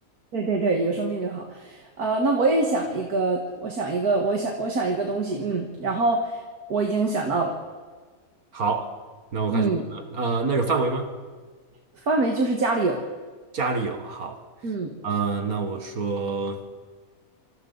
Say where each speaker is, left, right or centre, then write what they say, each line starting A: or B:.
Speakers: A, on the right; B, on the right.
A: 对对对，有生命就好。啊、那我也想一个，我想一个，我想我想一个东西，嗯，然后我已经想到了，
B: 好，那我开始问了。
A: 嗯，
B: 呃，那有范围吗？
A: 范围就是家里有，
B: 家里有。好，
A: 嗯，
B: 呃，那我说，